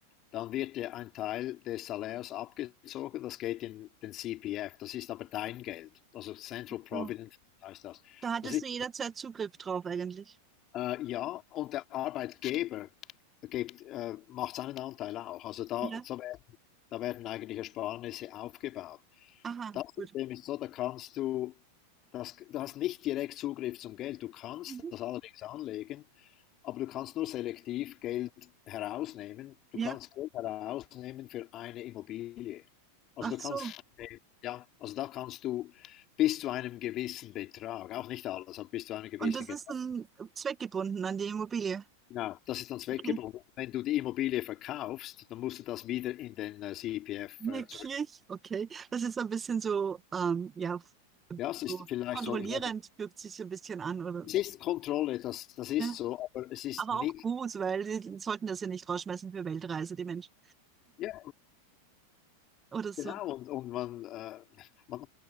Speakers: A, on the left (about 35°); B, on the right (about 20°).
A: dann wird dir ein Teil des Salärs abgezogen. Das geht in den CPF. Das ist aber dein Geld. Also Central
B: ach
A: Provident
B: so.
A: heißt das.
B: Da hattest
A: Das ist,
B: du jederzeit Zugriff drauf eigentlich.
A: äh, ja, und der Arbeitgeber gibt, äh, macht seinen Anteil auch. Also da,
B: Ja.
A: so werden, da werden eigentlich Ersparnisse aufgebaut.
B: Aha,
A: Das System
B: gut.
A: ist so, da kannst du, das, du hast nicht direkt Zugriff zum Geld. Du kannst
B: Mhm.
A: das allerdings anlegen, aber du kannst nur selektiv Geld herausnehmen. Du
B: Ja,
A: kannst Geld herausnehmen für eine Immobilie. Also
B: ach
A: du
B: so.
A: kannst, ja, also da kannst du bis zu einem gewissen Betrag, auch nicht alles, aber bis zu einem gewissen
B: Und das
A: Betrag.
B: ist dann zweckgebunden an die Immobilie.
A: Genau, das ist dann zweckgebunden.
B: Okay.
A: Wenn du die Immobilie verkaufst, dann musst du das wieder in den äh, CPF
B: Wirklich?
A: äh, zurück.
B: Okay. Das ist so ein bisschen so, ähm, ja,
A: Ja, es ist
B: so
A: vielleicht
B: kontrollierend
A: so, ich weiß
B: fühlt sich so ein bisschen an, oder?
A: Es ist Kontrolle, das das ist
B: Ja.
A: so, aber es ist
B: Aber
A: nicht
B: auch gut, weil die sollten das ja nicht rausschmeißen für Weltreise, die Menschen.
A: ja,
B: Oder so.
A: genau und und man, äh, man